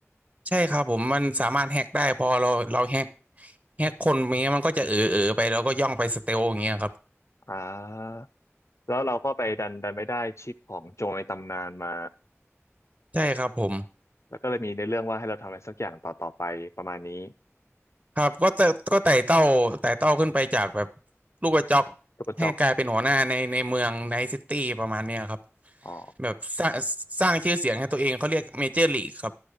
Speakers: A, on the right; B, on the left.
A: ใช่ครับผมมันสามารถแฮกได้พอเราเราแฮกแฮกคนอย่างเงี้ยมันก็จะเออเออไปแล้วก็ย่องไปสเตลอย่างเงี้ยครับ
B: อ่าแล้วเราก็ไปดันดันไปได้ชิปของโจรในตำนานมา
A: ใช่ครับผม
B: แล้วก็เลยมีในเรื่องว่าให้เราทำอะไรสักอย่างต่อต่อไปประมาณนี้
A: ครับก็แต่ก็ไต่เต้าไต่เต้าขึ้นไปจากแบบลูกกระจอก
B: ตูวกระจอก
A: ให้กลายเป็นหัวหน้าในในเมืองไนท์ซิตี้ประมาณเนี้ยครับ
B: อ๋อ
A: แบบสร้างสร้างชื่อเสียงให้ตัวเองเขาเรียกเมเจอร์ลีกครับ